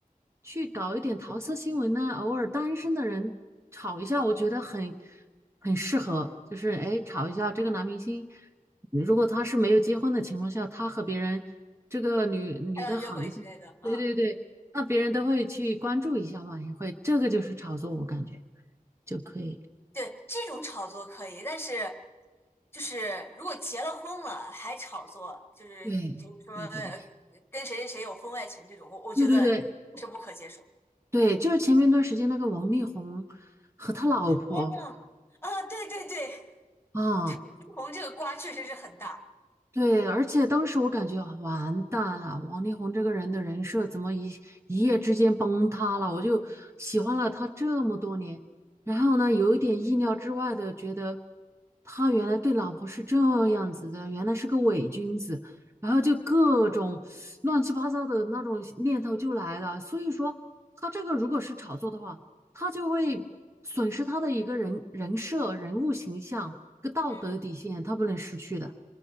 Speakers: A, on the right; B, on the left.
A: 去搞一点桃色新闻呢，偶尔单身的人炒一下，我觉得很很适合，就是哎，炒一下这个男明星。如果他是没有结婚的情况下，他和别人这个女女的好一些，
B: 拍到约会之类的，
A: 对对对，
B: 嗯。
A: 那别人都会去关注一下嘛，也会，这个就是炒作，我感觉就可以。
B: 对，这种炒作可以，但是就是如果结了婚了还炒作，就是比如说呃
A: 对对对对
B: 跟谁谁谁有婚外情这种，我我觉得
A: 对对对，
B: 是不可接受。
A: 对，就是前面一段时间那个王力宏和他老婆
B: 嗯，啊，对对对
A: 啊，
B: 对，离红这个瓜确实是很大。
A: 对，而且当时我感觉啊完蛋了，王力宏这个人的人设怎么一一夜之间崩塌了？我就喜欢了他这么多年，然后呢，有一点意料之外的觉得他原来对老婆是这样子的，原来是个伪君子，然后就各种乱七八糟的那种念头就来了。所以说，他这个如果是炒作的话，他就会损失他的一个人人设、人物形象、一个道德底线，
B: 嗯，
A: 他不能失去的。